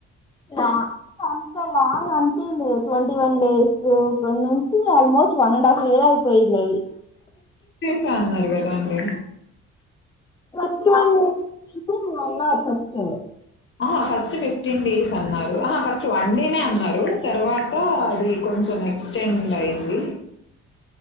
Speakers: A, on the left; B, on the left.
A: లాంగ్ అంత లాంగ్ అన్పియ్లేద్ ట్వంటీ వన్ డేస్ కొ కొను almost one and half year అయిపోయినై
B: చా అన్నారు గదా అండి
A: <inaudible> ప్రశ్నల్ అన్నారు ఫస్ట్
B: ఆ ఫాస్ట్ ఫిఫ్టీన్ డేస్ అన్నారు ఆ ఫస్ట్ వన్ డేనే అన్నారు తర్వాత అది కొంచెం ఎక్స్టెండ్ అయ్యింది